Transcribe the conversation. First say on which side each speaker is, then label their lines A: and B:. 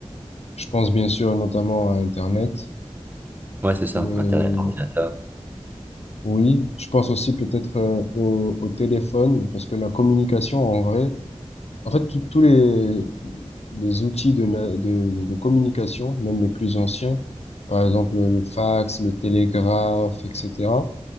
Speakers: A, on the left; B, on the right.
A: Je pense bien sûr notamment à Internet,
B: ouais, c'est ça,
A: mais
B: Internet,
A: euh,
B: ordinateur.
A: oui, je pense aussi peut-être euh, au, au téléphone parce que la communication en vrai En fait, tout- tous les, les outils de, na- de, de communication, même les plus anciens, par exemple le fax, le télégraphe, etc.,